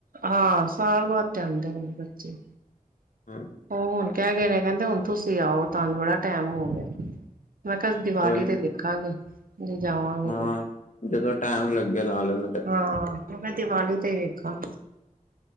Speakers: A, on the right (about 80°); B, on the left (about 60°).
A: ਹਾਂ, ਸਾਲ ਬਾਦ ਤੇ ਆਂਦੇ ਨੇ ਬੱਚੇ।
B: ਹੁ
A: ਉਹ ਹੁਣ ਕਹਿ ਗਏ ਨੇ ਕਹਿੰਦੇ ਹੁਣ ਤੁਸੀਂ ਆਓ ਤੁਹਾਨੂੰ ਬੜਾ ਟੈਮ ਹੋ ਗਿਆ ਮੈਂ ਕਿਹਾ ਦੀਵਾਲੀ
B: ਕੋਈ
A: ਤੇ ਵੇਖਾਂਗੇ ਜੇ ਜਾਵਾਂਗੇ
B: ਹਾਂ ਜਦੋਂ ਟਾਈਮ ਲੱਗਿਆ ਲਾ ਲਣਾ
A: ਹਾਂ ਮੈਂ ਦੀਵਾਲੀ ਤੇ ਹੀ ਵੇਖਾਂ